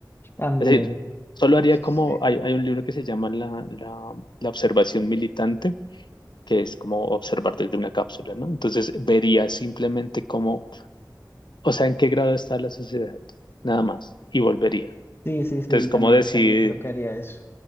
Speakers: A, on the left; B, on the left.
A: También,
B: Es decir, solo haría
A: sí,
B: como, hay, hay un libro que se llama la, la, la observación militante, que es como observar desde una cápsula, ¿no? Entonces vería simplemente cómo, o sea, en qué grado está la sociedad, nada más, y volvería.
A: sí, sí,
B: Entonces,
A: sí,
B: ¿cómo
A: también,
B: decir?
A: también creo que haría eso.